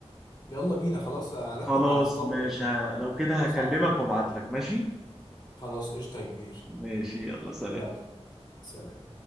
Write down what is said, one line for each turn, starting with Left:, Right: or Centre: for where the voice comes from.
Left: يلا بينا خلاص أرتب
Centre: خلاص
Left: مع الاسطبل
Centre: مش
Left: وكده
Centre: ه... لو كده هكلمك
Left: خلاص على طول
Centre: وابعت لك ماشي
Left: خلاص قشطة يا كبير
Centre: ماشي يلا سلام
Left: يلا سلام